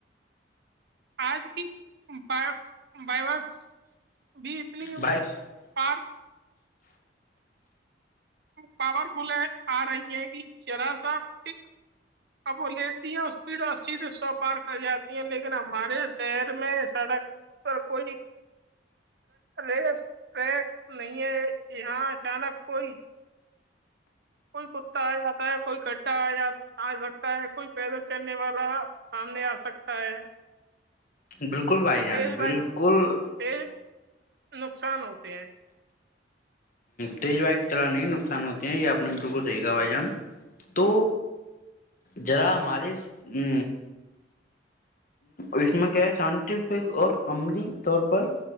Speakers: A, on the right (about 65°); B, on the left (about 50°).
A: آج کی ب بائیورس <unintelligible> بھی اتنی
B: بائک
A: پار <unintelligible> پاورفل آ رہی ہے کہ جذرا سا پک <unintelligible> اب وہ لیتی ہے اور اسپیڈ اور سیھ سو پار کر جاتی ہے لیکن ہمارے شہر میں سڑک پر کوئی ریس ٹریک نہیں ہے یہاں اچانک کوئی <unintelligible> کوئی کتا آ جاتا ہے کوئی گڈھا آ آ سکتا ہے کوئی پیدل چلنے والا سامنے آ سکتا ہے <unintelligible>
B: بالکل بھائی جان
A: ایج بائکس
B: بالکل <unintelligible>
A: ایج نقصان ہوتے ہیں <unintelligible>
B: تیز وائی طرح نہیں نقصان ہوتے یہ آپ نے بالکل صحیح کہا بھائی جان تو جذرا ہمارے ا اس میں کیا سائنٹیفک اور عملی طور پر